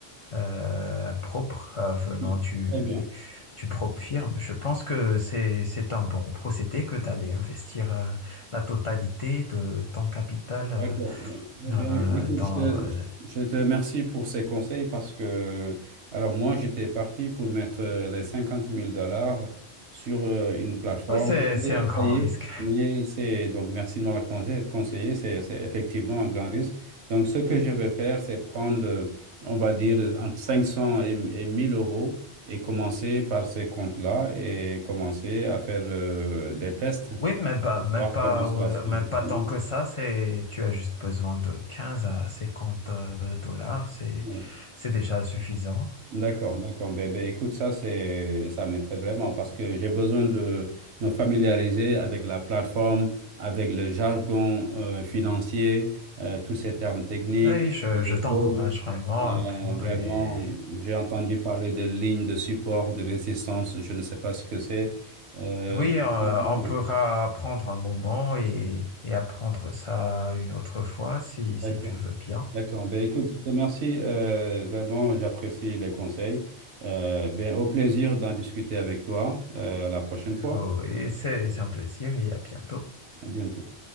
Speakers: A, on the left; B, on the right.
A: euh, propre euh, venant
B: ok.
A: du,
B: Très bien.
A: du propre firme. Je pense que c'est, c'est un bon procédé que d'aller investir euh, la totalité de ton capital euh,
B: D'accord. Eh ben,
A: euh,
B: écoute,
A: dans...
B: je te,
A: euh,
B: je te- je te remercie pour ces conseils parce que, alors moi, j'étais parti pour mettre euh, les cinquante mille dollars sur euh, une plateforme.
A: Oui, c'est,
B: Mais
A: c'est un grand
B: ça y
A: risque.
B: est, mais c'est, donc merci de m'avoir conseillé, conseillé, c'est, c'est effectivement un grand risque. Donc, ce que je vais faire, c'est prendre, euh, on va dire, entre 500 et, et 1000 euros et commencer par ces comptes-là et commencer à faire euh, des tests,
A: Oui, même pas, même
B: voir
A: pas,
B: comment cela
A: euh,
B: se-
A: même pas
B: ça
A: tant
B: marche.
A: que ça. C'est, tu as juste besoin de 15 à 50 euh, dollars. C'est,
B: Oui.
A: c'est déjà suffisant.
B: D'accord, d'accord. Ben, ben, écoute, ça, c'est, ça m'aiderait vraiment parce que j'ai besoin de me familiariser avec la plateforme, avec le jargon euh, financier, euh, tous ces termes techniques,
A: Oui, je,
B: les
A: je t'encourage
B: courbes.
A: vraiment
B: Euh,
A: à prendre
B: vraiment,
A: et
B: j'ai entendu parler de lignes de support, de résistance, je ne sais pas ce que c'est. Euh,
A: Oui, euh,
B: écoute,
A: on
B: euh,
A: pourra prendre un moment et, et apprendre ça une autre fois si,
B: d'accord,
A: si tu veux bien.
B: d'accord. Ben, écoute, je te remercie. euh, vraiment, j'apprécie les conseils. Euh, ben, au plaisir d'en discuter avec toi euh, la prochaine fois.
A: Oh, et c'est c'est un plaisir et à bientôt.
B: À bientôt.